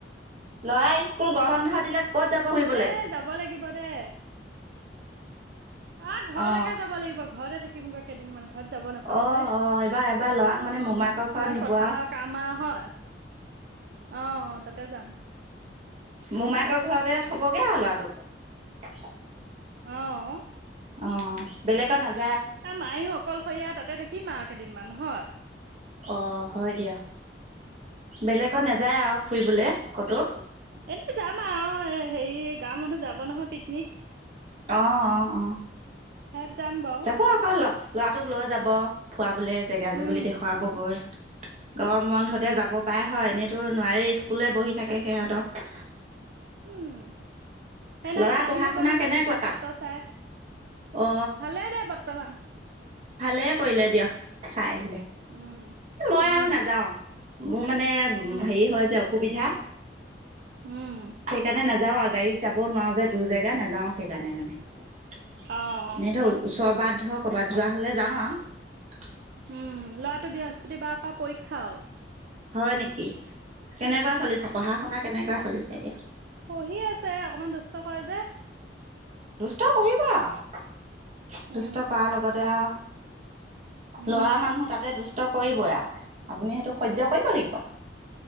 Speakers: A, on the right; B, on the right.
A: ল'ৰা স্কুল গৰম বন্ধ দিলে ক'ত যাব ফুৰিবলে
B: এ যাব লাগিব দে। আহ ঘৰলেকে
A: অ
B: যাব লাগিব, ঘৰতে থাকিম। থাকিম গৈ কেইদিনমান। ঘৰত যাব নাপাওঁ
A: অ
B: যে। উ
A: অ এইবাৰ এবাৰ ল'ৰাক মানে মোমায়েকৰ ঘৰত
B: ইমান
A: নিব
B: পথাৰ
A: আৰু
B: কাম আও হয়, আহ তাতে যাম।
A: মোমাইকৰ ঘৰতে থবগে আও ল'ৰাটোক।
B: আহ অ।
A: অ বেলেকত নাজাই?
B: ত মায়ো অকলশৰীয়া তাতে থাকিমা আ। দিনমান হয়।
A: অ হয় দিয়া, বেলেগত নাযায় আও। ফুৰিবলে ক'তো?
B: এনেই যাম আও। হেৰি গাৱৰ মানুহ যাব নহয় পিকনিক।
A: অ অ অ
B: সেয়াত যাম বাৰু
A: যাব আক ল ল'ৰাটোক লৈ যাব। ফুৰৱাবলে জেগা জেগুলি
B: উম
A: দেখুৱাবগৈ। গৰম বন্ধতে যাব। ব পাৰে হয় এনেইতো। নোৱাৰি স্কুলে বহি থাকে সিহঁতৰ।
B: উম। সেইদিনাখন
A: ল'ৰা পঢ়া
B: আহিলোগৈ
A: শুনা
B: নহয়
A: কেনেকুৱা
B: জুবিন ক্ষেত্ৰ চাই।
A: অ
B: ভালেই দে বৰ্তমান।
A: ভালে কৰিলে দিয়, চাই আহিলে।
B: উম
A: মই
B: উম
A: আৰু নাযাওঁ। মোৰ মানে হেৰি
B: উম
A: হয় যে, অসুবিধা।
B: উম
A: সেইকাৰণে নাযাও আ গাড়ীত যাব নোৱাৰো যে দূৰ জেগা, নাযাওঁ সেইকাৰণে মানে।
B: অ অ
A: এনেই ধৰক ওচৰবাত ধৰক ক'বাত যোৱা হ'লে যাওঁ আও
B: উম ল'ৰাটো ব্যস পতি বাৰৰ পা পৰীক্ষাও।
A: হয় নেকি? কেনেকুৱা চলিছে পঢ়া-শুনা? কেনেকুৱা চলিছে, এতিয়া
B: পহি আছে, অকমান দুষ্ট কৰে যে।
A: ট কৰিব আও।
B: উম
A: দুষ্ট কৰাৰ লগতে আও
B: উম,
A: ল'ৰা মানুহ তাতে দুষ্ট কৰিবয়ে আ আপুনি সেইটো সহ্য কৰিব লাগিব।